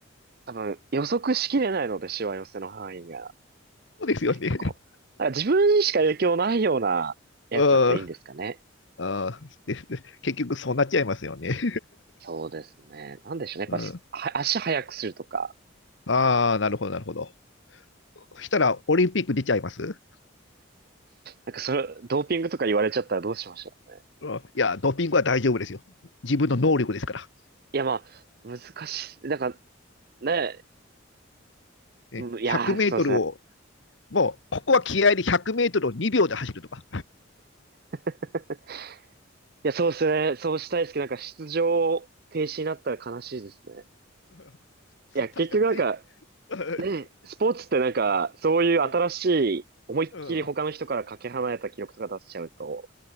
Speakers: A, on the right; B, on the left.
A: 多分、予測しきれないので、しわ寄せの範囲が。
B: そうですよね。
A: 結構。だから自分にしか影響ないようなやつだといいんですかね。
B: うん。うんです結局、そうなっちゃいますよね。
A: そうですね。なんでしょうね。やっぱす、
B: <laughs> うん、
A: は足速くするとか。
B: ああ、なるほど、なるほど。そしたら、オリンピック出ちゃいます
A: なんかそれ、ドーピングとか言われちゃったらどうしましょう。
B: うんいや、ドーピングは大丈夫ですよ。自分の能力ですから。
A: いや、まあ、難しい。なんか、ね、
B: ね100メートルを
A: うんいやー、そうですね。
B: もう、ここは気合で100メートルを2秒で走るとか。
A: <laughs> いや、そうですね。そうしたいですけど、なんか出場停止になったら悲しいですね。
B: <laughs> そう確かにぜ、
A: いや、結局なんか、
B: <laughs>
A: ねスポーツってなんか、そういう新しい、
B: うん、
A: 思いっきり他の人からかけ離れた記録とか出しちゃうと、
B: うん、うん